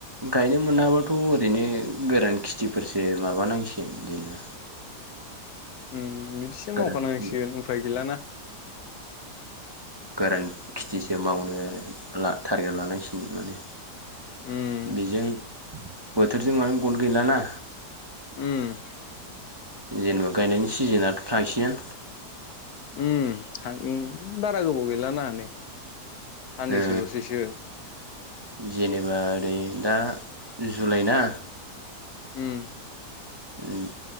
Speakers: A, on the right (about 20°); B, on the left (about 70°).
A: गायनो मोनाबाथ' ओरैनो गोरान खिथिफोरसो माबानांसिगोन बिदिनो।
B: उम बिदिसो
A: गोरान
B: मावखा नांसिगोन उफाय गैलाना।
A: गोरान खेथिसो मावनो ला टारगेट लानांसिनगोन मोने।
B: उम
A: बेजों बोथोरजों मानो गट गैलाना।
B: ओम
A: जेनेबा गायनायनि सिजोनथ' थांसिगोन।
B: उम थां उम बारा गोबाव गैलाना नै। साननैसोल'सैसो
A: ओ जेनेबा ओरै दा जुलाइ ना
B: उम
A: ओम